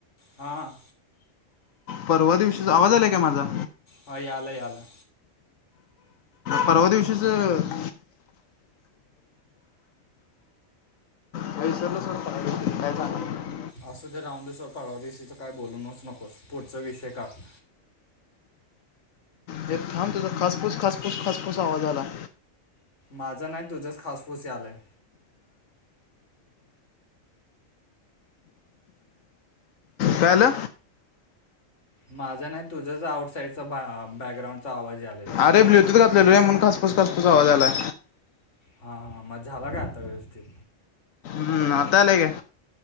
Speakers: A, on the left (about 65°); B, on the left (about 85°).
A: हा.
B: परवा दिवशीचा, आवाज आलाय काय माझा?
A: ह यालं यालंय.
B: परवा दिवशीच नाही विसरलंचरत अ काय सांगलं. <inaudible>
A: आसू ते राऊदे सोड. परवा दिवशीच काय बोलूनच नकोस. पुढचा विषय काड.
B: हे थांब तुझा खासफूस खासफूस खासफूस आवाज आलाय.
A: माझं नाही तुझ्याच खासफुस यालाय.
B: काय आल?
A: माझा नाही. तुझंच आउटसाईडचा बॅकग्राउंडचा आवाज यालाय.
B: अरे्लूटूथ घातल रे. म्हणुन खासफूस खासफूस आवाज यालाय.
A: हा हां म झाला का आता व्यवस्थित?
B: हम्म. आता आले का?